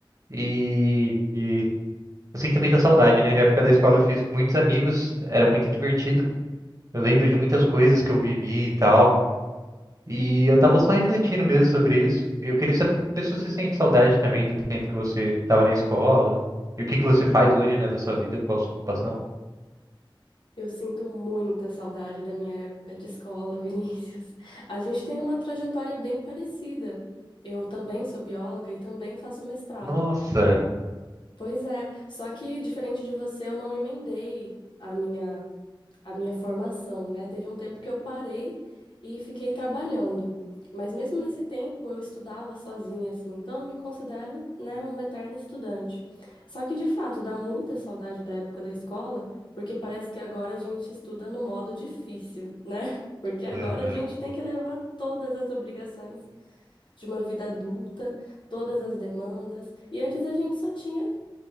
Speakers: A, on the right; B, on the left.
A: E, e eu sinto muita saudade, né? Na época da escola eu fiz muitos amigos, era muito divertido. Eu lembro de muitas coisas que eu vivi e tal. E eu tava só refletindo mesmo sobre isso. Eu queria saber se você sente saudade também do tempo que você tava na escola. E o que que você faz hoje, né, da sua vida, qual a sua ocupação?
B: Eu sinto muita saudade da minha época de escola, <laughs> Vinícius. A gente tem uma trajetória bem parecida. Eu também sou bióloga e também faço mestrado.
A: Nossa!
B: Pois é, só que diferente de você, eu não emendei a minha a minha formação, né? Teve um tempo que eu parei e fiquei trabalhando. Mas mesmo nesse tempo eu estudava sozinha, assim, então eu me considero, né, uma eterna estudante. Só que de fato dá muita saudade da época da escola, porque parece que agora a gente estuda no modo difícil, né? <laughs> Porque agora
A: Uhum.
B: a gente tem que levar todas as obrigações de uma vida adulta, todas as demandas, e antes a gente só tinha